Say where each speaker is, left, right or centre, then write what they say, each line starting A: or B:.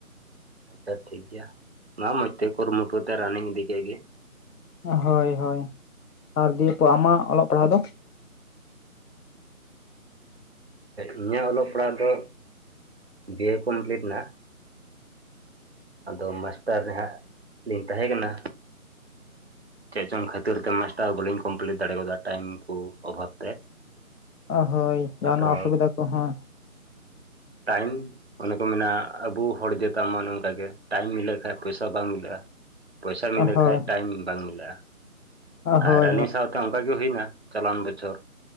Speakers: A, on the right; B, on the left.
A: ᱟᱪᱷᱟ ᱴᱷᱤᱠ ᱜᱮᱭᱟ, ᱢᱟ ᱢᱚᱸᱡᱽ ᱛᱮ ᱠᱩᱨᱩᱢᱩᱴᱩ ᱛᱮ ᱨᱟᱱᱤᱝ ᱤᱫᱤ ᱠᱮᱫ ᱜᱮᱼᱼ
B: ᱦᱳᱭ-ᱦᱳᱭ, ᱟᱨ ᱫᱤᱭᱮᱯ ᱟᱢᱟᱜ ᱚᱞᱚᱜ ᱯᱟᱲᱦᱟᱜ ᱫᱚ
A: ᱤᱧᱟᱹᱜ ᱚᱞᱚᱜ ᱯᱟᱲᱦᱟᱜ ᱫᱚ ᱵᱤᱭᱮ ᱠᱚᱢᱯᱞᱤᱴ ᱮᱱᱟ ᱟᱫᱚ ᱢᱟᱥᱴᱟᱨ ᱨᱮᱦᱟᱸᱜ ᱞᱤᱧ ᱛᱟᱦᱮᱸ ᱠᱟᱱᱟ᱾ ᱪᱮᱫ ᱪᱚᱝ ᱠᱷᱟᱹᱛᱤᱨ ᱛᱮ ᱢᱟᱥᱴᱟᱨ ᱵᱟᱹᱞᱤᱧ ᱠᱚᱢᱯᱤᱞᱤᱴ ᱫᱟᱲᱮ ᱟᱫᱟ ᱴᱟᱭᱤᱢ ᱠᱩ ᱚᱵᱷᱟᱵᱽ ᱛᱮ
B: ᱚ ᱦᱳᱭ ᱡᱟᱦᱟᱱᱟᱜ
A: ᱟᱫᱚ
B: ᱚᱥᱩᱵᱤᱫᱟ ᱠᱚᱦᱚᱸ
A: ᱴᱟᱭᱤᱢ ᱚᱱᱮ ᱠᱚ ᱢᱮᱱᱟ ᱟᱵᱚ ᱦᱚᱲ ᱡᱮᱛᱟᱱ ᱢᱟ ᱱᱚᱝᱠᱟᱜᱮ ᱴᱟᱭᱤᱢ ᱢᱤᱞᱟᱹᱜ ᱠᱷᱟᱱ ᱯᱚᱭᱥᱟ ᱵᱟᱝ ᱢᱤᱞᱟᱹᱜᱼᱟ ᱯᱚᱭᱥᱟ ᱢᱤᱞᱟᱹᱜ
B: ᱦᱳᱭ
A: ᱠᱷᱟᱡ ᱴᱟᱭᱤᱢ ᱵᱟᱝ ᱢᱤᱞᱟᱹᱜᱼᱟ
B: ᱦᱳᱭ
A: ᱟᱨ ᱟᱹᱞᱤᱧ
B: ᱦᱳᱭ
A: ᱥᱟᱶ ᱚᱱᱠᱟᱜ ᱜᱮ ᱦᱩᱭᱱᱟ ᱪᱟᱞᱟᱣᱟᱱ ᱵᱚᱪᱷᱚᱨ